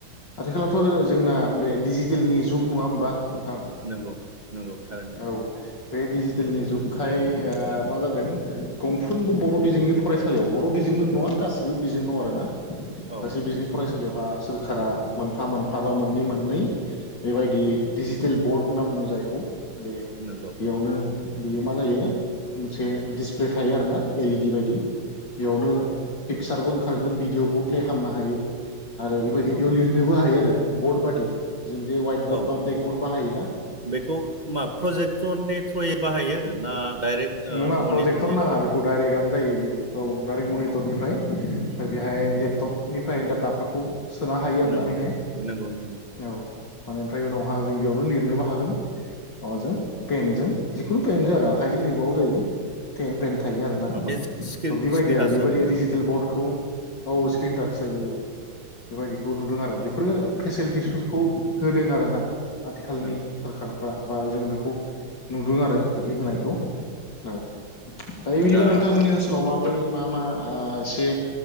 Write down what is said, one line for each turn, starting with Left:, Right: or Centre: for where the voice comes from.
Left: आथिखालावथ' जो जोंना बे डिजिटेलनि जुग नङा होमबा नोंथां?
Right: नोंगौ नोंगौ थारैनो।
Left: औ बे डेजिटेलनि जुगखाय ओ मा जादों गंफ्रोमबो बर' बिजोंनि फरायसालियाव बर' बिजोंल' नङा गासिबो बिजों दं आरोना
Right: औ
Left: गासैबो
Right: नंगौ
Left: बिजों फरायसालियाव ओ सोरखारा मोनफा मोनफा बा मोननै मोननै बेबायदि डिजिटेल बर्ड होनना बुङो जायखौ बे
Right: नोंगौ
Left: बेयावनो बियो मा जायो मोनसे दिसप्ले थायो आरोना एलइडि बायदि इयावनो पिकसारबो ओंखारगोन भिडिअबो प्ले खामनो हायो। आरो बिबायदिनो
Right: नंगौ
Left: बेयाव लिरनोबो हायो आरो बर्ड बादि जों जे हवाइट
Right: औ
Left: बर्ड बा
Right: औ
Left: ब्लेक बर्ड बाहायो ना।
Right: बेखौ मा प्रजेक्टथ्रननि थ्रयै बाहायो ना डाइरेक्ट ओ
Left: नङा
Right: मनिटरनि
Left: प्रजेक्टर नाङा
Right: थ्रयैनो
Left: बेखौ डाइरेक्टगानो जायो बियो औ डाइरेक्ट मनिटरनिफ्राय
Right: औ
Left: ओमफ्राय बेहाय लेपटपनिफ्राय डाटाफोरखौ सोना हायो आरोना
Right: नंगौ
Left: बेहाय।
Right: नंगौ नंगौ
Left: औ माने ओमफ्राय उनावहा जों बेयावनो लिरनोबो हागोन। माबाजों पेनजों जिखुनु पेनजों आरो आखाइजों लिरबाबो जायो। टें पेन थायो आरोना थ'
Right: बे स्क्रिन
Left: बेबायदि
Right: स्क्रिन टाच
Left: आरो बेबायदि
Right: आरोना
Left: डिजि टेल बर्डखौ औ स्क्रिन टाच जायो औ। बेबायदिखौ नुदों आरो बेफोरो फेसिलिटिसफोरखौ होदों आरोना। आथिखालनि
Right: नंगौ
Left: सोरखारफ्रा बा जों बेखौ नुदों आरो बिदि होनायखौ। औ दायो बिदिबा
Right: दा
Left: नोंथांमोननि ओनसोलाव माब्रै मा मा ओ एसे